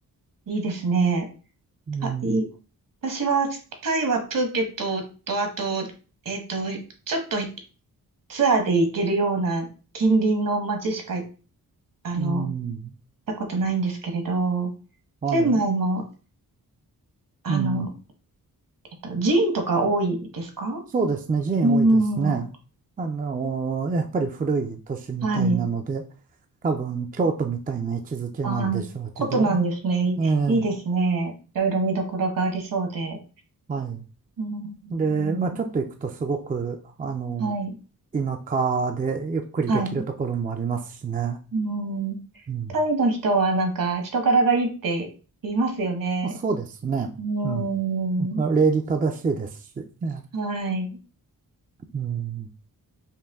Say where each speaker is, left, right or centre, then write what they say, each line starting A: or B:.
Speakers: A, on the right (about 65°); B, on the right (about 25°).
A: いいですね。
B: うん。
A: はい。私は、タイはプーケットと、あと、えっと、ちょっとツアーで行けるような近隣の街しか、あの、
B: うん。
A: 行ったことないんですけれど、
B: はい。
A: チェンマイも、あの、
B: うん。
A: えっと、寺院とか多いですか
B: そうですね。寺院多いですね。
A: うん。
B: あのーやっぱり古い都市みたいなので、
A: はい。
B: 多分京都みたいな位置づけなんでしょうけど。
A: ああ、ことなんですね。いいいですね。
B: ええ、
A: いろいろ見どころがありそうで。
B: はい。
A: うん。
B: で、まあちょっと行くとすごく、あの
A: はい。
B: 田舎でゆっくりできるところもありますしね。
A: はい。うん。
B: うん。
A: タイの人はなんか人柄がいいって言いますよね。
B: まあ、そうですね。
A: うん。
B: うん。礼儀正しいですしね。
A: はい。
B: うん。